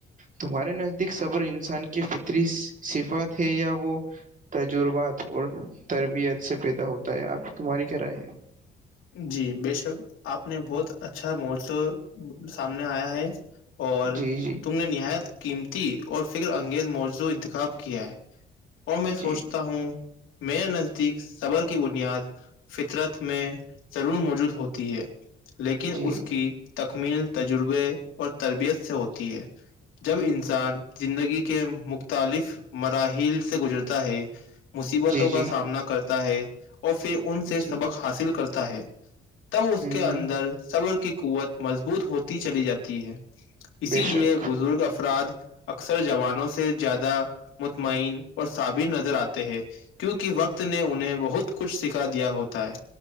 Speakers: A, on the right; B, on the left.
A: تمہارے نزدیک صبر انسان کی فطری صفات ہے یا وہ تجربات اور تربیت سے پیدا ہوتا ہے آپ تمہاری کیا رائے ہے
B: جی بےشک آپ نے بہت اچھا مورسو سامنے آیا ہے اور
A: جی
B: تم نے نہایت قیمتی اور فکر انگیز موجوں انتخاب کیا ہے اور میں
A: جی
B: سوچتا ہوں میرے نزدیک صبر کی بنیاد فطرت میں ضرور موجود ہوتی ہے لیکن
A: جی
B: اس
A: جی
B: کی تکمیل تجربے اور تربیت سے ہوتی ہے جب انسان زندگی کے مختلف مراحل سے گزرتا ہے مصیبتوں
A: جی جی
B: کا سامنا کرتا ہے اور پھر ان سے
A: جی
B: سبق حاصل کرتا ہے تب اس
A: ہ ہ
B: کے اندر صبر کی قوت مضبوط ہوتی چلی جاتی ہے اسی
A: بے شک
B: لیے بزرگ افراد اکثر جوانوں سے زیادہ مطمئن اور صثابر نظر آتے ہیں کیوںکہ وقت نے انہیں بہت کچھ سکھا دیا ہوتا ہے